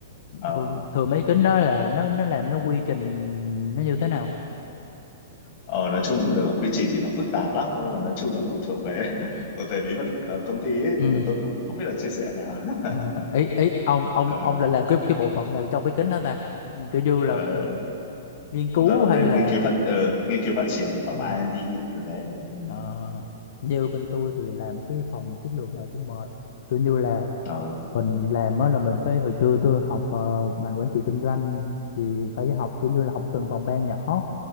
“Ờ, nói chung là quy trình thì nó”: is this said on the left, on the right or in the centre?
Left